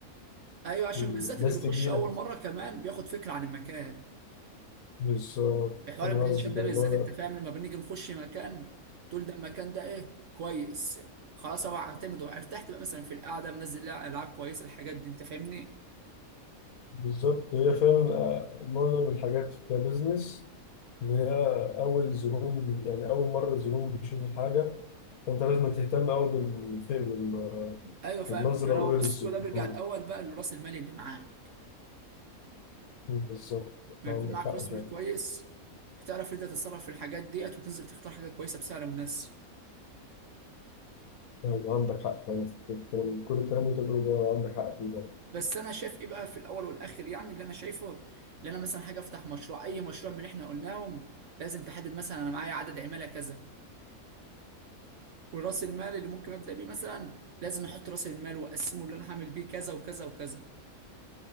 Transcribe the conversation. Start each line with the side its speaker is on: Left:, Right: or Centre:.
Right: ايوه عشان
Left: والناس
Right: بالذات اللي بيخش
Left: تجي
Right: اول
Left: لك
Right: مره كمان بياخد فكره عن المكان
Left: بالظبط
Right: حوار
Left: انا
Right: البلاي
Left: قصدي
Right: ستيشن
Left: كده
Right: ده بالذات
Left: اللي هو
Right: انت فاهم لما بنيجي نخش مكان تقول ده المكان ده ايه كويس خلاص انا هعتمد وارتحت بقى مثلا في القعده منزل لها العاب كويسه الحاجات دي انت فاهمني
Left: بالظبط هي فعلا آه، معظم الحاجات كبزنس إن هي أول زبون بي يعني أول مرة الزبون بيشوف الحاجة فأنت لازم تهتم أوي بال- بال-
Right: ايوه فاهم
Left: بالنظرة
Right: ما انا
Left: الأولى
Right: بص
Left: للزبون
Right: كل ده بيرجع الاول بقى لراس المال اللي معاك
Left: بالظبط
Right: لما
Left: عندك
Right: يكون معاك
Left: حق
Right: راس
Left: فعلا
Right: مال كويس بتعرف انت تتصرف في الحاجات ديت وتنزل تختار حاجه كويسه بسعر مناسب
Left: طيب، عندك حق فعلا في الكلام- كل الكلام اللي أنت بتقوله ده عندك حق فيه فعلا.
Right: بس انا شايف ايه بقى في الاول والاخر يعني اللي انا شايفه اللي انا مثلا حاجه افتح مشروع اي مشروع من اللي احنا قلناهم لازم تحدد مثلا انا معايا عدد عماله كذا وراس المال اللي ممكن ابدا بيه مثلا لازم احط راس المال واقسمه اللي انا هعمل بيه كذا وكذا وكذا